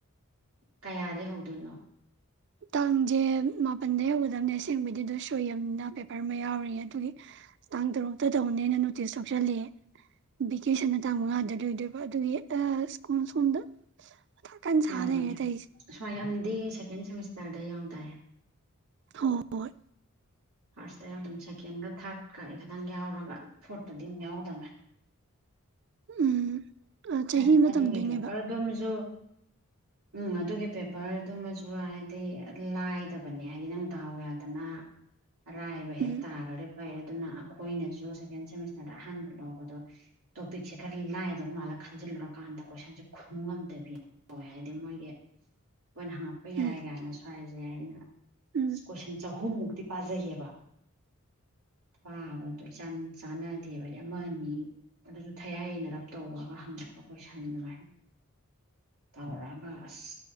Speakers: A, on the right; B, on the right.
A: ꯀꯥꯌꯗꯩꯒꯤ ꯍꯧꯗꯣꯏꯅꯣ
B: ꯇꯥꯡꯁꯦ ꯃꯥꯄꯜꯗ ꯍꯧꯒꯗꯕꯅꯦ ꯑꯁꯦꯡꯕꯗꯤ ꯑꯗꯨ ꯁꯣꯏꯌꯝꯅ ꯄꯦꯄꯔ ꯑꯃ ꯌꯥꯎꯔꯤꯌꯦ ꯑꯗꯨꯒꯤ ꯇꯥꯡ ꯇꯔꯨꯛꯇ ꯇꯧꯒꯅꯤꯅ ꯅꯣꯇꯤꯁ ꯊꯣꯛꯆꯜꯂꯤ ꯚꯦꯀꯦꯁꯟꯅ ꯇꯥꯡ ꯃꯉꯥꯗ ꯂꯣꯏꯗꯣꯏꯕ ꯑꯗꯨꯒꯤ ꯁ꯭ꯀꯨꯜ ꯁꯣꯝꯗ ꯃꯊꯥ ꯀꯟꯅ ꯁꯥ
A: ꯌꯥꯎꯕꯅꯦ
B: ꯂꯩꯔꯦ ꯇꯧꯔꯤꯁꯦ
A: ꯁ꯭ꯋꯥꯏ ꯌꯝꯗꯤ ꯁꯦꯀꯦꯟ ꯁꯦꯃꯤꯁꯇꯔꯗ ꯌꯥꯎꯗꯥꯏ
B: ꯍꯣ ꯍꯣꯏ
A: ꯐꯥꯔꯁꯇ ꯌꯥꯎꯗꯝ ꯁꯦꯀꯦꯟꯒ ꯊꯥꯔꯠꯀ ꯇꯪ ꯌꯥꯎꯔꯒ ꯐꯣꯔꯠꯇꯗꯤ ꯑꯃꯨꯛ ꯌꯥꯎꯗꯕꯅꯤ
B: ꯎꯝ ꯆꯍꯤ
A: ꯑꯦ
B: ꯑꯃ
A: ꯑꯗꯨꯒꯤ
B: ꯇꯝꯗꯣꯏꯅꯦꯕ
A: ꯄꯦꯄꯔ ꯗꯨꯝꯁꯨ ꯎꯝ ꯑꯗꯨꯒꯤ ꯄꯦꯄꯔꯗꯨꯃꯁꯨ ꯍꯥꯏꯗꯤ ꯂꯥꯏꯗꯕꯅꯦ ꯍꯥꯏꯗꯤ ꯅꯪ ꯗꯥꯎ ꯌꯥꯗꯅ ꯑꯔꯥꯏꯕ ꯍꯦꯛ
B: ꯎꯝ
A: ꯇꯥꯔꯗꯤ ꯐꯩ ꯑꯗꯨꯅ ꯑꯩꯈꯣꯏꯅꯁꯨ ꯁꯦꯀꯦꯟ ꯁꯦꯃꯤꯁꯇꯔꯗ ꯑꯍꯥꯟꯕ ꯂꯧꯕꯗꯣ ꯇꯣꯄꯤꯛꯁꯦ ꯈꯔ ꯂꯥꯏꯗꯧ ꯃꯥꯜꯂ ꯈꯟꯖꯤꯜꯂꯨꯔꯀꯥꯟꯗ ꯀꯣꯏꯁꯟꯁꯦ ꯈꯨꯝꯉꯝꯗꯕꯤ ꯍꯥꯏꯗꯤ ꯃꯣꯏꯒꯤ ꯑꯩꯈꯣꯏꯅ ꯍꯪꯉꯛꯄ ꯌꯥꯏ
B: ꯎꯝ
A: ꯀꯥꯏꯅꯁꯨ ꯍꯥꯏꯅ
B: ꯎꯝ
A: ꯀꯣꯏꯁꯟ ꯆꯍꯨꯝꯃꯨꯛꯇꯤ ꯄꯥꯖꯩꯌꯦꯕ ꯄꯥꯕꯗꯣ ꯏꯆꯥꯟ ꯆꯥꯟꯅꯗꯦꯕ ꯑꯃ ꯑꯅꯤ ꯑꯗꯨꯁꯨ ꯊꯌꯥꯏꯅꯩꯔꯞ ꯇꯧꯕꯒ ꯍꯪꯉꯛꯄ ꯀꯣꯏꯁꯟ ꯑꯗꯨꯃꯥꯏꯅ ꯇꯧꯔꯒ ꯑꯁ